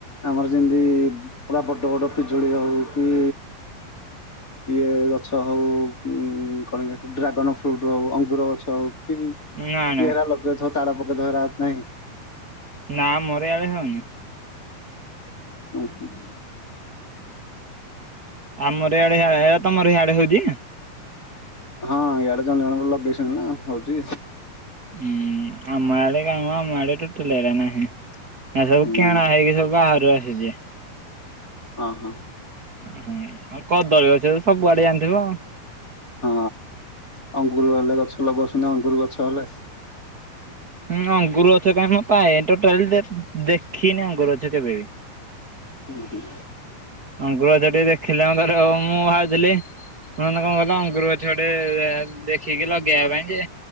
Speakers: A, on the left; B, on the right.
A: ଆମର ଯେମତି ଇ ପୁରା ବଡ ବଡ ପିଜୁଳି ହଉ କି
B: <inaudible>
A: ଇଏ ଗଛ ହଉ ଉ କଣ କି ଡ୍ରାଗନ୍ ଫ୍ରୁଟ ହେଉ ଅଙ୍ଗୁର ଗଛ ହେଉ କି
B: ନାଇଁ
A: କିଏହେରା
B: ନାଇଁ
A: ଲଗେଇଥିବ ତାଟା ପକେଇଦେଇ ହେରା ନାହିଁ?
B: ନା ଆମରଇଆଡେ ହଉନି।
A: ଓହୋ।
B: ଆମର ଏଇଆଡେ ଯାହା ହେରା ତମର ହେଇଆଡେ ହଉଛି?
A: ହଁ ଇଆଡେ ଜଣେ ଜଣେ ଲଗଇଛନ୍ତି ନା ହଉଛି।
B: ହୁଁ ଆମଆଡ଼େ କାଇଁ ମୋ ଆମ ଆଡ଼େ ତୋଟାଲି ଏଡା ନାହିଁ। ନା ସବୁ
A: ହୁଁ
B: କିଣା ହେଇକି ସବୁ ବାହାରୁ ଆସିଛି।
A: ହଁ ହଁ।
B: ହଁ ଉମଃ ଆଉ କଦଳୀ ଗଛ ତ ସବୁଆଡେ ଜାଣିଥିବ ଆଉ
A: ହଁ ଅଙ୍ଗୁର ହେଲେ ଗଛ ଲଗାଉଛି ଅଙ୍ଗୁର ଗଛ ହେଲେ।
B: ହୁଁ ଅଙ୍ଗୁର ଗଛ କାହିଁ ମୋ ପାଏ ନି ଟୋଟାଲି ଦେଖିନି ଅଙ୍ଗୁର ଗଛ କେବେ ବି।
A: ହୁଁ ହୁଁ।
B: ଅଙ୍ଗୁର ଗଛ ଟିକେ ଏ ଦେଖିଲାର ମୁଁ ଭାବଥିଲି କଣ କଲା ଅଙ୍ଗୁର ଗଛ ଏଠି ଗୋଟେ ଏ ଦେଖିକି ଲଗେଇବା ପାଇ ଯେ।